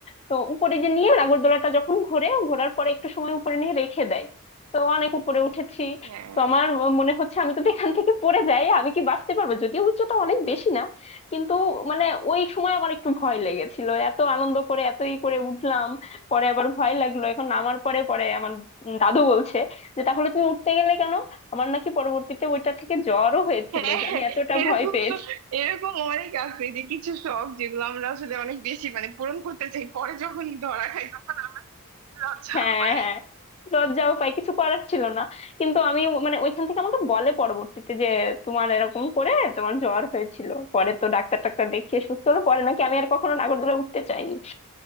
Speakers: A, on the left; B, on the right.
A: তো উপরে যে নিয়ে নাগরদোলাটা যখন ঘোরে ঘোরার পরে একটু সময় উপরে নিয়ে রেখে দেয় তো অনেক উপরে উঠেছি
B: হ্যাঁ
A: তো আমার ম- মনে হচ্ছে আমি যদি এখান থেকে পড়ে যাই আমি কি বাঁচতে পারবো যদিও উচ্চতা অনেক বেশি না কিন্তু মানে ওই সময় আমার একটু ভয় লেগেছিল এত আনন্দ করে এতই করে উঠলাম পরে আবার ভয় লাগলো এখন নামার পরে পরে আমার দাদু বলছে যে তাহলে তুমি উঠতে গেলে কেন আমার নাকি পরবর্তীতে ওইটা থেকে জ্বরও হয়েছিল
B: হ্যাঁ
A: যে আমি এতটা
B: এরকম
A: ভয় পেয়েছি
B: স- এরকম অনেক আছে যে কিছু শখ যেগুলো আমরা আসলে অনেক বেশি মানে পূরণ করতে চাই পরে যখন ধরা খাই তখন লজ্জা
A: হ্যাঁ
B: পাই
A: হ্যাঁ লজ্জাও পাই কিছু করার ছিল না কিন্তু আমি ও- মানে ওইখান থেকে আমাকে বলে পরবর্তীতে যে তোমার এরকম করে তোমার জ্বর হয়েছিল পরে তো ডাক্তার টাক্তার দেখিয়ে সুস্থ হলো পরে নাকি আমি আর কখনো নাগরদোলা উঠতে চাইনি